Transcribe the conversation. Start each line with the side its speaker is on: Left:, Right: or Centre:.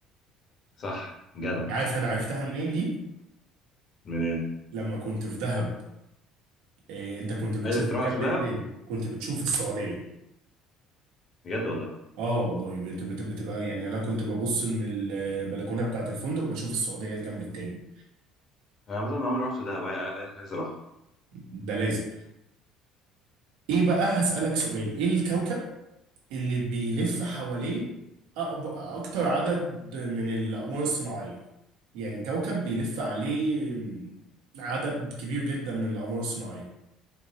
Left: صح جدع
Right: انت عارف انا عرفتها منين دي
Left: من ايه
Right: لما كنت في دهب إيه انت كنت بتشوف
Left: عايز انت تروح
Right: الجنب
Left: على دهب
Right: التاني كنت بتشوف السعودية
Left: بجد والله
Right: اه والله بت- بت- بتبقى يعني انا كنت ببص من البلكونة بتاعت الفندق بشوف السعودية الجنب التاني
Left: انا مثلا عمري ما رحت دهب عاي- عاي- عايز اروح
Right: ده لازم ايه بقى هسألك سؤال ايه الكوكب اللي بيلف حواليه أقب- أكتر عدد من الأقمار الصناعية يعني كوكب بيلف عليه عدد كبير جدا من الأقمار الصناعية